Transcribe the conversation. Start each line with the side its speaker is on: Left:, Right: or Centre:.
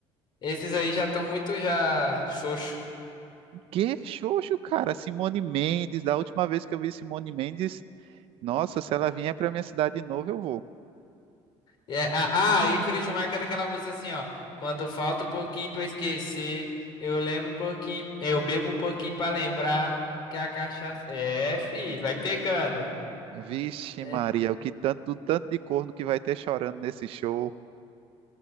Left: esses aí já estão muito já xoxo.
Right: Que xoxo, cara, Simone Mendes, da última vez que eu vi Simone Mendes, nossa, se ela vier pra minha cidade de novo, eu vou.
Left: É, ah, ah, ícone de marca é daquela música assim, ó. Quando falta um pouquinho pra eu esquecer, eu lembro um pouquinho, eu bebo um pouquinho pra lembrar que a cachaça. É, fi, vai pegando.
Right: Vixe,
Left: É,
Right: Maria, o que tanto, o tanto de corno que vai ter chorando nesse show.